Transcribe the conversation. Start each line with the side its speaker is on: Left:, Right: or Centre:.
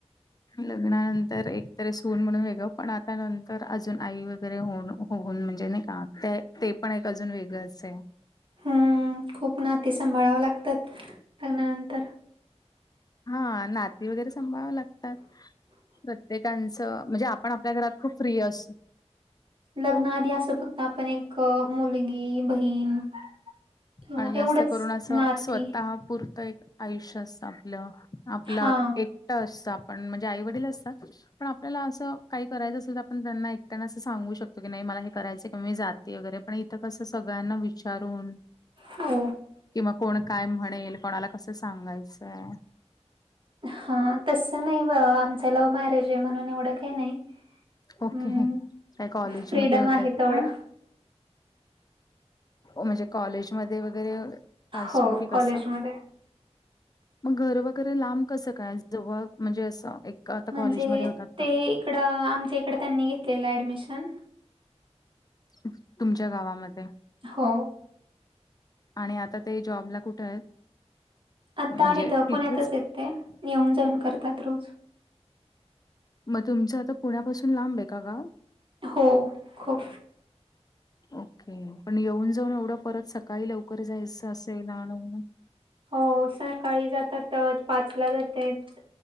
Left: लग्नानंतर एकतर अस होऊन म्हणून वेगळं पण आता नंतर अजून आई वगैरे हो होऊन म्हणजे नाही का ते. ते पण एक अजून वेगळंच आहे.
Right: हम खूप नाते सांभाळावं लागतात, लग्नानंतर.
Left: हा नाती वगैरे संभाळावे लागतात. प्रत्येकांचं म्हणजे आपण आपल्या घरात खूप फ्री अस
Right: लग्नाआधी असं फक्त आपण एक मुलगी बहीण किंवा
Left: आणि जास्त
Right: एवढंच
Left: करून असं
Right: नाती
Left: स्वतः पुरतं एक आयुष्य असत आपलं. आपलं
Right: हा
Left: एकटं असत आपण, म्हणजे आई वडील असतात. पण आपल्याला असं काही करायचं असेल, तर आपण त्यांना एकट्याना असं सांगू शकतो की नाही मला हे करायचं किवा मी जात वगैरे पण इथं कसं सगळ्यांना विचारून
Right: हो.
Left: किंवा कोण काय म्हणेल कोणाला कसं सांगायचय.
Right: हा तस नाही व आमच लव्ह मॅरेज आहे म्हणून एवढं काही नाही.
Left: ओके
Right: हम्म
Left: मग त्या कॉलेजमध्ये
Right: फ्रीडम
Left: होतात
Right: आहे तेवढा
Left: ना. म्हणजे कॉलेज मध्ये वगैरे पासून
Right: हो
Left: की
Right: कॉलेजमध्ये
Left: बसा. मग घर वगैरे लांब कसं काय जवळ म्हणजे असं एक आता
Right: म्हणजे
Left: कॉलेजमध्ये होतात
Right: ते
Left: तर.
Right: इकडं आमच्या इकडं त्यांनी घेतलेलं ॲडमिशन.
Left: तुमच्या गावामध्ये.
Right: हो.
Left: आणि आता ते जॉबला कुठे आहेत?
Right: आता
Left: म्हणजे
Right: आहे तर
Left: तिथेच
Right: पुण्यातच येत ते येऊन जाऊन करतात रोज.
Left: मग तुमचं आता पुण्यापासून लांब आहे का गाव?
Right: हो. खूप.
Left: ओके पण येऊन जाऊन एवढं परत सकाळी लवकर जायचं असेल आणि
Right: हो सकाळी जातातच पाचला जातेत.